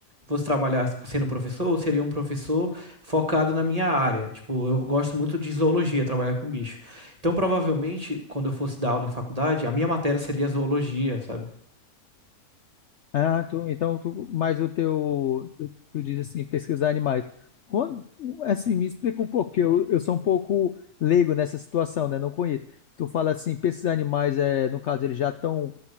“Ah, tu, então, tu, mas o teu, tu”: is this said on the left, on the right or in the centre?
Left